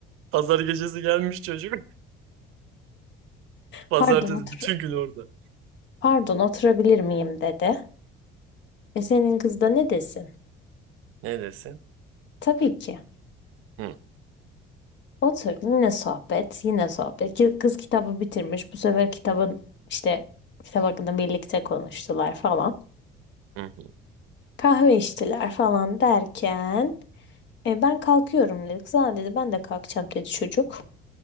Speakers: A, on the right; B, on the left.
A: Pazar gecesi gelmiş çocuk. Pazartesi
B: Pardon otur
A: bütün gün orada.
B: pardon oturabilir miyim dedi. E senin kız da ne desin?
A: Ne desin?
B: Tabii ki.
A: Hı,
B: Otur yine sohbet yine sohbet. Ki- Kız kitabı bitirmiş. Bu sefer kitabın işte kitap hakkında birlikte konuştular falan.
A: hı, hı.
B: Kahve içtiler falan derken e, ben kalkıyorum dedi. Kız "Aa," dedi ben de kalkacağım dedi çocuk.